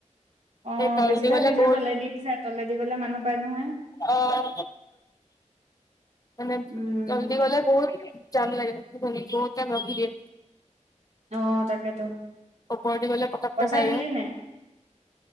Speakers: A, on the right (about 60°); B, on the left (about 30°).
A: অঁ
B: সেই তলদি
A: বেছিভাগ
B: গ'লে
A: বীজৰ
B: বহুত
A: তলেদিয়ে যায় তলে দি গলে মানুহ পায় নহয়।
B: অঁ মানে
A: উম
B: জল্দি গলে বহুত- জাম লাগে বহুতে ৰখি দিয়ে।
A: অ তাকেতো
B: ওপৰেদি গ'লে পতককে
A: পইচা
B: পাইগে।
A: দিলি নাই